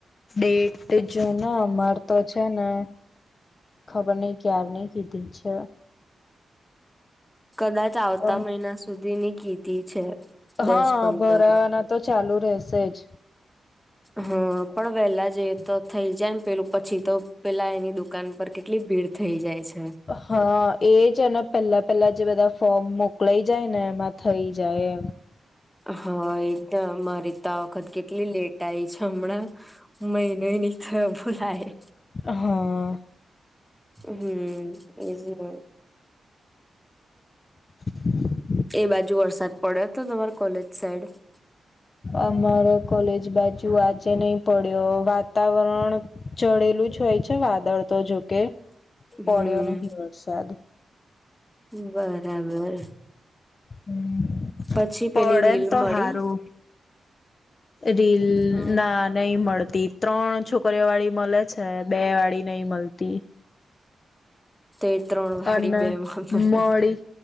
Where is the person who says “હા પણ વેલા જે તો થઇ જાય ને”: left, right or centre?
Centre